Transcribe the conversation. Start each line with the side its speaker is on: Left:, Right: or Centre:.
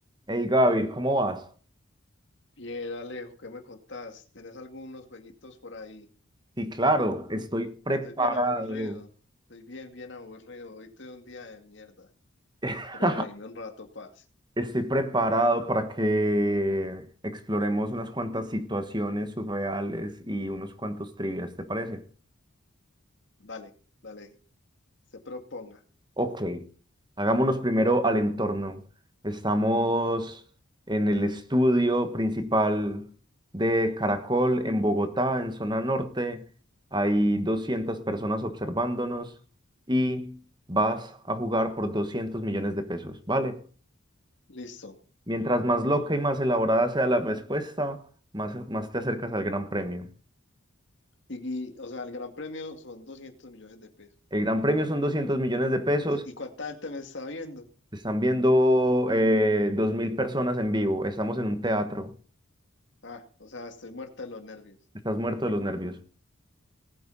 Right: Hey Gavir, ¿cómo vas?
Left: Bien, Alejo, ¿qué me contás? ¿Tenés algunos jueguitos por ahí?
Right: Sí, claro, estoy preparado.
Left: Estoy bien aburrido. Estoy bien, bien aburrido. Hoy tuve un día de mierda.
Right: <laughs>
Left: Quiero reírme un rato, paz.
Right: Estoy preparado para que exploremos unas cuantas situaciones surreales y unos cuantos trivias, ¿te parece?
Left: Dale, dale. Se proponga.
Right: Ok, hagámonos primero al entorno. Estamos en el estudio principal de Caracol en Bogotá, en zona norte. Hay 200 personas observándonos y vas a jugar por doscientos millones de pesos, ¿vale?
Left: Listo.
Right: Mientras más loca y más elaborada sea la respuesta, más, más te acercas al gran premio.
Left: Y, y, o sea, el gran premio son 200 millones de pesos.
Right: El gran premio son doscientos millones de pesos.
Left: ¿Y, y cuánta gente me está viendo?
Right: Te Están viendo eh, 2.000 personas en vivo. Estamos en un teatro.
Left: Ah, o sea, estoy muerto de los nervios.
Right: Estás muerto de los nervios.